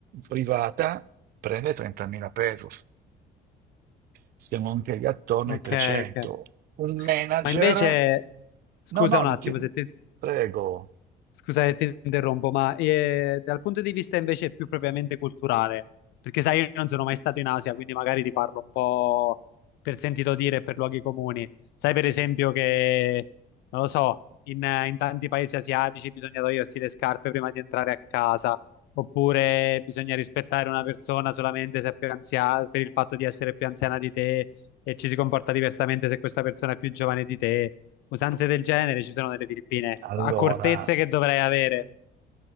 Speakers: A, on the right; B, on the left.
A: privata prende 30.000 pesos. Stiamo anche lì attorno
B: ok,
A: ai 300.
B: ok.
A: Un manager?
B: Ma invece, scusa
A: No, no,
B: un
A: di-
B: attimo
A: ti-
B: se ti...
A: prego.
B: Scusa che ti interrompo, ma eh, dal punto di vista invece più propriamente culturale, perché sai, io non sono mai stato in Asia, quindi magari ti parlo un po' per sentito dire e per luoghi comuni. Sai, per esempio, che non lo so, in, in tanti paesi asiatici bisogna togliersi le scarpe prima di entrare a casa, oppure bisogna rispettare una persona solamente se è più anziana, per il fatto di essere più anziana di te e ci si comporta diversamente se questa persona è più giovane di te. Usanze del genere ci sono nelle Filippine,
A: Allora.
B: accortezze che dovrei avere.